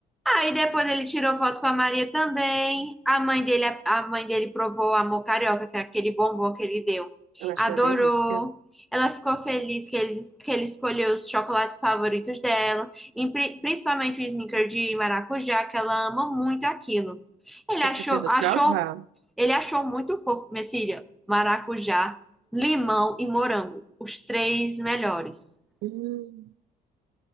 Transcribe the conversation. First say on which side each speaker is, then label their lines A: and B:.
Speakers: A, in the centre; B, on the right.
A: Aí depois ele tirou foto com a Maria também. A mãe dele, a mãe dele provou o amor carioca, que é aquele bombom que ele deu.
B: eu acho
A: Adorou.
B: uma delícia.
A: Ela ficou feliz que ele, que ele escolheu os chocolates favoritos dela, principalmente o Snickers de maracujá, que ela ama muito aquilo. Ele
B: Eu
A: achou,
B: preciso
A: achou,
B: provar.
A: ele achou muito fofo, minha filha, maracujá, limão e morango, os três melhores.
B: Hum,